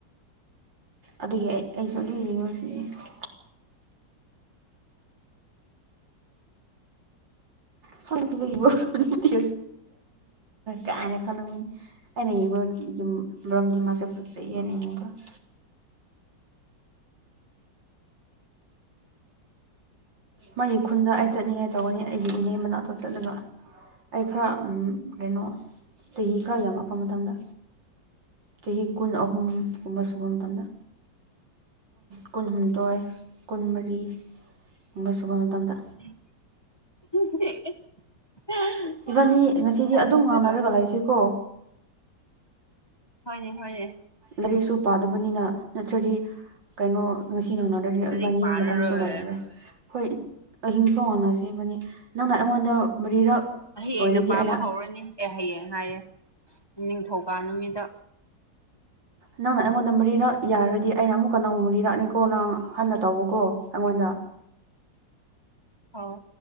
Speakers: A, on the right; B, on the left.
A: ꯑꯗꯨꯒꯤ ꯑꯩ ꯑꯩꯁꯨ <unintelligible> <unintelligible> ꯑꯩꯉꫭꯟꯗꯗꯤ
B: ꯎꯝ
A: ꯈꯔ <unintelligible> ꯈꯜꯂꯝꯒꯅꯤ ꯑꯩꯅ ꯌꯦꯡꯕ꯭ꯔ ꯌꯨꯝ ꯃꯔꯝꯗꯤ ꯃꯥꯁꯦ ꯐꯖꯩ ꯍꯥꯏꯅ ꯌꯦꯡꯕ <inaudible> ꯃꯥꯒꯤ ꯈꯨꯟꯗ ꯑꯩ ꯆꯠꯅꯤꯡꯉꯥꯏ ꯇꯧꯒꯅꯤ ꯑꯩꯒꯤ ꯏꯅꯦ ꯃꯅꯥꯛꯇ ꯆꯠꯂꯒ ꯑꯩ ꯈꯔ ꯎꯝ ꯀꯩꯅꯣ ꯆꯍꯤ ꯈꯔ ꯌꯥꯝꯂꯛꯄ ꯃꯇꯝꯗ ꯆꯍꯤ ꯀꯨꯟ ꯑꯍꯨꯝꯒꯨꯝꯕ ꯁꯨꯕ ꯃꯇꯝꯗ ꯀꯨꯟꯍꯨꯝꯗꯣꯏ ꯀꯨꯟꯃꯔꯤ ꯒꯨꯝꯕ ꯁꯨꯕ ꯃꯇꯝꯗ
B: <unintelligible>
A: ꯏꯕꯥꯅꯤ ꯉꯁꯤꯗꯤ
B: ꯆꯠꯂꯣ
A: ꯑꯗꯨꯝ ꯉꯥꯡꯅꯔꯒ
B: ꯆꯠꯂꯣ
A: ꯂꯩꯁꯤꯀꯣ
B: ꯍꯣꯏꯅꯦ ꯍꯣꯏꯅꯦ
A: ꯂꯥꯏꯔꯤꯛꯁꯨ ꯄꯥꯗꯕꯅꯤꯅ ꯅꯠꯇ꯭ꯔꯗꯤ ꯀꯩꯅꯣ ꯉꯁꯤ <unintelligible> <unintelligible>
B: ꯂꯥꯏꯔꯤꯛ
A: ꯏꯕꯥꯅꯤ
B: ꯄꯥꯔꯔꯣꯏ
A: ꯃꯇꯝꯁꯨ ꯂꯩꯔꯔꯣꯏ ꯍꯣꯏ ꯑꯍꯤꯡ ꯐꯥꯎ ꯉꯥꯡꯅꯁꯦ ꯏꯕꯥꯟꯅꯤ ꯅꯪꯅ ꯑꯩꯉꯣꯟꯗ ꯃꯔꯤꯔꯛ
B: ꯍꯌꯦꯡꯅ
A: ꯑꯣꯏꯔꯗꯤ
B: ꯄꯥꯕ
A: ꯑꯩꯅ
B: ꯍꯧꯔꯅꯤ ꯑꯦ ꯍꯌꯦꯡ ꯍꯥꯏꯌꯦ ꯅꯤꯡꯊꯧꯀꯥ ꯅꯨꯃꯤꯠꯇ
A: ꯅꯪꯅ ꯑꯩꯉꯣꯟꯗ ꯃꯔꯤꯔꯛ ꯌꯥꯔꯗꯤ ꯑꯩꯅ ꯑꯃꯨꯛꯀ ꯅꯪ ꯃꯔꯤꯔꯛꯅꯤꯀꯣ ꯅꯪ ꯍꯟꯅ ꯇꯧꯋꫭꯀꯣ ꯑꯩꯉꯣꯟꯗ
B: ꯑꯧ